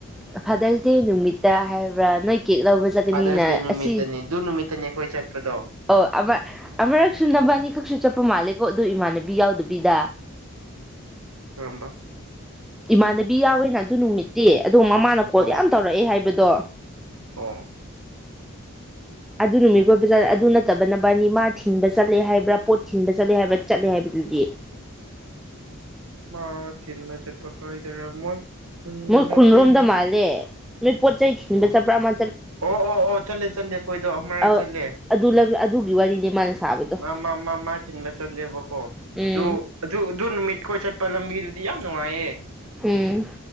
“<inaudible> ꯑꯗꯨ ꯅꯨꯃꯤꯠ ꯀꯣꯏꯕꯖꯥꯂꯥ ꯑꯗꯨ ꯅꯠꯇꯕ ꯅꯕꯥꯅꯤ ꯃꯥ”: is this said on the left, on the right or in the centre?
Centre